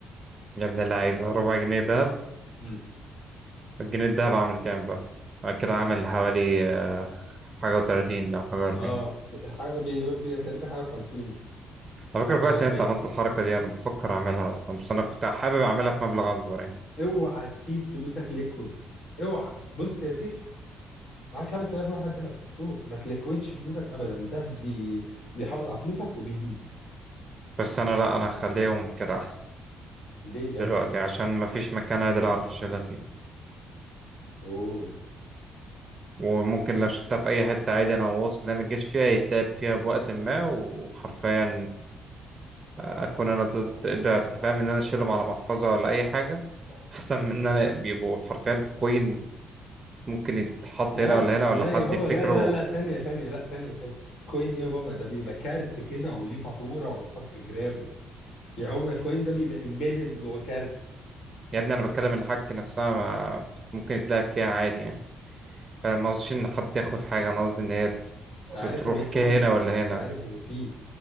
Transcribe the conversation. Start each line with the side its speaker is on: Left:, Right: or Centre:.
Right: يا ابن اللعيبة ربع جنيه دهب
Left: امم
Right: الجنيه الدهب عامل كام بقى؟ بعد كده
Left: ما
Right: عامل حوالي آه، حاجة و30 أو حاجة و40
Left: اه حاجة بي... بي... تقريبا حاجة وخمسين
Right: على فكرة
Left: أو حاجة
Right: كويس
Left: وأربعين
Right: إن أنت عملت الحركة دي أنا بفكر أعملها أصلا بس أنا كنت حابب أعملها في مبلغ أكبر يعني
Left: اوعى تسيب فلوسك ليكويد اوعى بص يا سيف معاك 5000 روح على الدهب طول ما تلكوتش فلوسك ابدا ده بي... بيحافظ على فلوسك وبيزيد
Right: بس أنا لأ أنا هخليهم كده أحسن
Left: ليه يا
Right: دلوقتي
Left: ابني
Right: عشان مفيش مكان عادل أعرف أشيلها فيه
Left: اوه
Right: وممكن لو شلتها في أي حتة عادي أنا واثق إنها متجاش فيها يتلعب فيها بوقت ما وحرفيا اكون انا ضد ده فاهم ان انا اشيلهم على محفظه ولا اي حاجه احسن من ان انا بيبقوا حرفيا في كوين ممكن يتحط
Left: لا
Right: هنا ولا هنا
Left: لا
Right: ولا حد
Left: يا بابا
Right: يفتكره
Left: لا لا لا ثانية ثانية لا ثانية ثانية كوين ايه يا بابا ده بيبقى كارت كده وليه فاتورة وتحط في جراب و... يعني هو الكوين ده بيبقى امبيدد جوه كارت
Right: يا ابني انا بتكلم اللي حاجتي نفسها ما ممكن يتلعب فيها عادي يعني فما اظنش ان حد ياخد حاجه انا قصدي ان هي ت-
Left: انت عارف
Right: تروح
Left: ان في
Right: كهنا ولا
Left: انت
Right: هنا
Left: عارف ان في